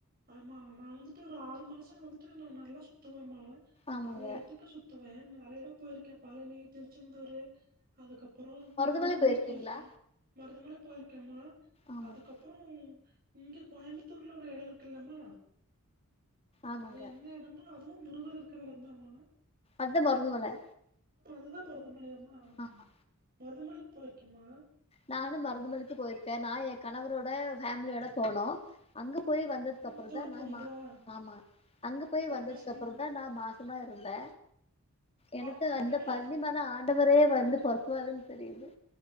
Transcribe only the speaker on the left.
ஆமாங்க
மருதமலை
போயிருக்கீங்களா
ஆமாங்க
ஆமாங்க
அத்தா மருதமல
ஆமா
நானும் மருதமலைக்கு போயிருக்கே நா எ கணவரோட ஃபேமிலியோட போனோ அங்கப் போயி வந்ததுக்குப்பறந்தா
நாமா
ஆமா அங்கப் போய்
வந்ததுக்கப்றந்தா
நா மாசமா இருந்தே எனக்கு
அந்தப் பழ்னி ம ன ஆண்டவரே வந்து பொறக்குவாருன் தெரியிது